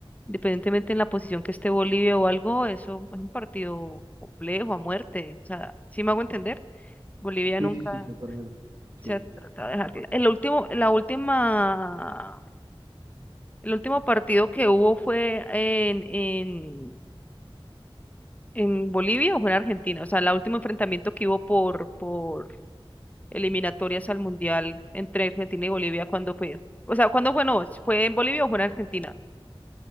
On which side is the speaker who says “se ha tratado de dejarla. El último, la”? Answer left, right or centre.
Left